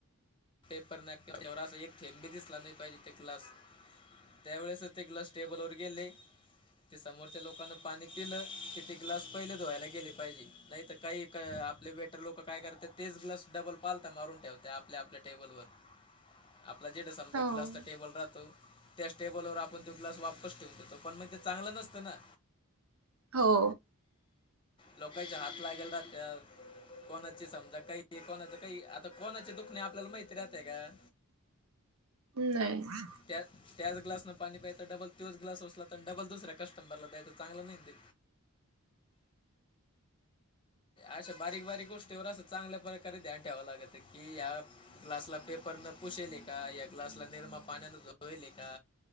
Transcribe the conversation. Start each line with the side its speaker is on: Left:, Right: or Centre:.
Left: पेपर नॅपकिन चवरा एक, थेंबी दिस लाबले पाहिजे ते ग्लास. त्यावेेळेस, ते क्लास टेबल वर गेले! ते समोरच्या लोकांन पाणी पिलं, कि ते ग्लास पहिले धुवायला गेले पाहिजे. नाही तर काही आपले बेटर लोक काय करते तेच ग्लस डबल पालत मारून ठेवते आपल्या आपल्या टेबल वर आपला जीत समजा,
Right: हो
Left: ग्लासचा टेबल राहतो. त्याच टेबलवर आपण तो, ग्लास वापस ठेवून देतो पण मग ते चांगलं नसतं ना.
Right: हो.
Left: लोकांच्या हात लागेल राहत. कोणाची समजा काही कोणाच काही, आता कोणाचे दुखणे आप आपल्याला मैथी राहते कां.
Right: नाही.
Left: त्या त्याच ग्लासनं पाणी प्यायचं डबल तोच ग्लास उचलाचा, तर डबल दुसऱ्या कस्टमरला द्यायचं चांगलं नाही ते. अशा बारीक बारीक गोष्टीवर असं, चांगल्या प्रकारे ध्यान ठेवां लागत की या. ग्लासला पेपर न पुशेले का, या ग्लासला निरमा पाण्यान धुले का.